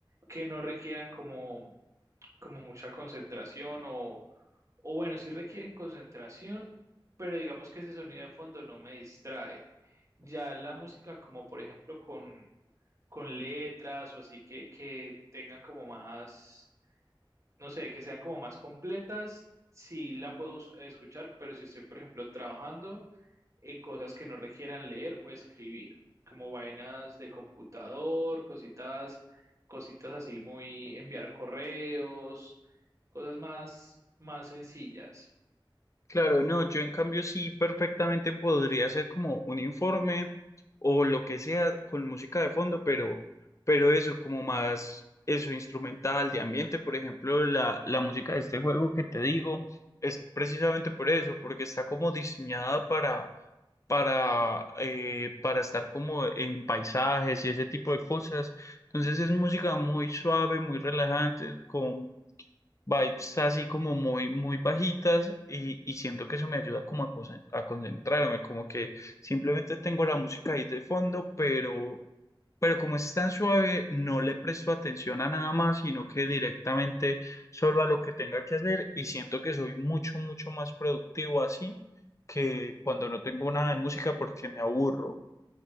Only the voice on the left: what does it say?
Claro, no, yo en cambio sí perfectamente podría hacer como un informe o lo que sea con música de fondo, pero, pero eso como más, eso instrumental, de ambiente, por ejemplo, la, la música de este juego que te digo es precisamente por eso, porque está como diseñada para, para, eh, para estar como en paisajes y ese tipo de cosas. Entonces es música muy suave, muy relajante, con vibes así como muy, muy bajitas y, y siento que eso me ayuda como a, conce- a concentrarme, como que simplemente tengo la música ahí de fondo, pero, pero como es tan suave, no le presto atención a nada más, sino que directamente solo a lo que tenga que hacer y siento que soy mucho, mucho más productivo así que cuando no tengo nada de música porque me aburro.